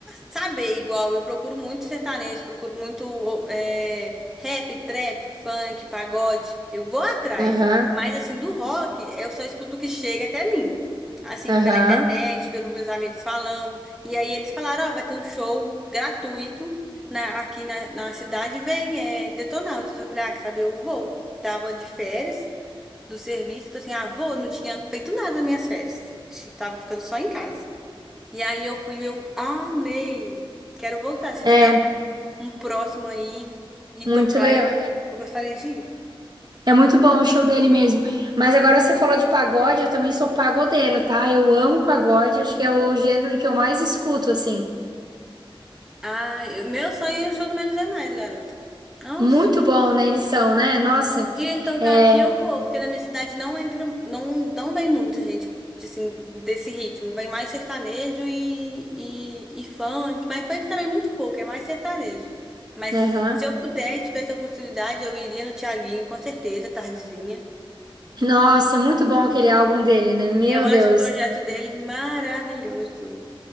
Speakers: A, in the centre; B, on the right.
A: saber igual. Eu procuro muito sertanejo, procuro muito ô, é, rap, trap, funk, pagode. Eu vou atrás.
B: Aham,
A: Mas assim, do rock, eu só escuto o que chega até mim. Assim,
B: aham.
A: pela internet, pelos meus amigos falando. E aí eles falaram, ó, vai ter um show gratuito na- aqui na, na cidade, vem, é Detonautas. Eu falei, ah, quer saber, eu vou. Tava de férias do serviço. Então, assim, ah, vou, não tinha feito nada nas minhas férias. Tava ficando só em casa. E aí eu fui, e eu amei. Quero voltar. Se
B: É,
A: tiver um, um próximo aí e
B: muito
A: tocar,
B: legal.
A: eu, eu gostaria de ir.
B: É muito bom o show dele mesmo. Mas agora você falou de pagode, eu também sou pagodeira, tá? Eu amo pagode, acho que é o gênero que eu mais escuto, assim.
A: Ah, eu- meu sonho é o show do Menos é Mais, garota. Nossa.
B: Muito bom, né? Eles são, né? Nossa,
A: Se um dia ele tocar
B: é.
A: aqui, eu vou, porque na minha cidade não entra, não, não vem muito gente, de, assim, desse ritmo. Vem mais sertanejo e, e, e funk, mas funk também é muito pouco, é mais sertanejo. Mas
B: Aham.
A: se eu puder e tivesse a oportunidade, eu iria no Thiaguinho, com certeza, tardezinha.
B: Nossa, é muito bom aquele álbum dele, né? Meu
A: Eu acho
B: Deus.
A: o projeto dele maravilhoso.